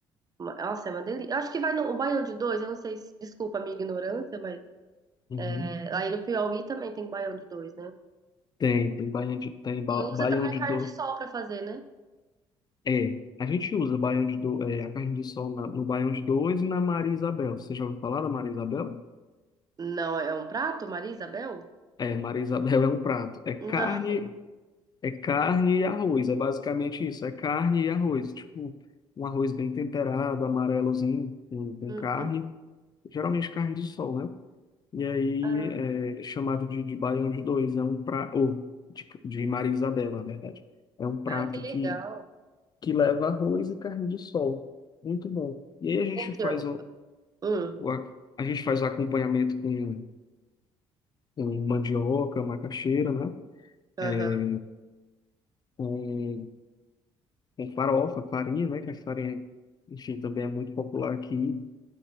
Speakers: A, on the right (about 30°); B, on the left (about 35°).
A: Uma- Nossa, é uma delícia. Eu acho que vai no o baião de dois, eu não sei se, desculpa a minha ignorância, mas
B: Uhum.
A: é, aí no Piauí também tem baião de dois, né?
B: Tem, tem baião de, tem ba-
A: E usa
B: baião
A: também
B: de
A: carne
B: dois.
A: de sol pra fazer, né?
B: É, a gente usa baião de do, é, a carne de sol na- no baião de dois e na Maria Isabel. Você já ouviu falar da Maria Isabel?
A: Não, é um prato, Maria Isabel?
B: É, Maria Isabel <laughs> é um prato. É carne
A: Não.
B: É carne e arroz, é basicamente isso. É carne e arroz. Tipo, um arroz bem temperado, amarelozinho, com, com
A: Uhum.
B: carne. Geralmente carne de sol, né? E aí
A: Ah.
B: é chamado de, de baião de dois. É um prato, ou de, de Maria Isabel, na verdade. É um prato
A: Ah, que
B: que,
A: legal.
B: que leva arroz e carne de sol. Muito bom. E aí a gente
A: Então,
B: faz o,
A: hum,
B: o a, a gente faz o acompanhamento com, com mandioca, macaxeira, né?
A: aham,
B: É, Com com farofa, farinha, né? Que a farinha, enfim, também é muito popular aqui.